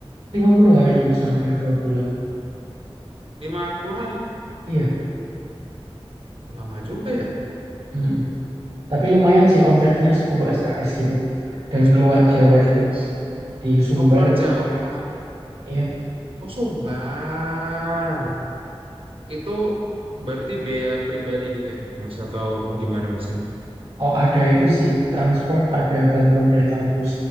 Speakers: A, on the right; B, on the right.
A: 50 hari, mas. Hampir 2 bulan.
B: 50 hari.
A: Iya.
B: Oh, lama juga ya.
A: mm-mm. Tapi lumayan
B: Itu
A: sih konversinya 10 SKS gitu. Dan
B: oh, 10
A: keluar
B: SKS.
A: Jawa juga. Di Sumber
B: Oh, keluar
A: besok
B: Jawa.
A: KKN. Iya.
B: Oh, Sumbar. Itu berarti biaya pribadi gitu ya, Mas? Atau gimana biasanya?
A: Oh, ada itu sih. Transport ada bantuan dari kampus.